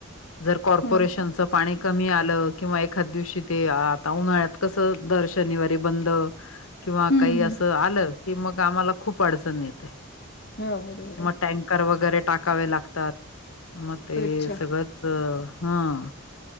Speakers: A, on the left; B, on the left.
A: जर कॉर्पोरेशनचं
B: हो का
A: पाणी कमी आलं, किंवा एखाद्या दिवशी ते आता उन्हाळ्यात. कसं, दर शनिवारी बंद. किंवा
B: हम्म
A: काही असं
B: हम्म
A: आलं की, मग आम्हाला खूप अडचण येते.
B: हो बरोबर
A: मग टँकर वगैरे टाकावे लागतात, मग
B: आहे
A: ते
B: अच्छा
A: सगळंच तर हा..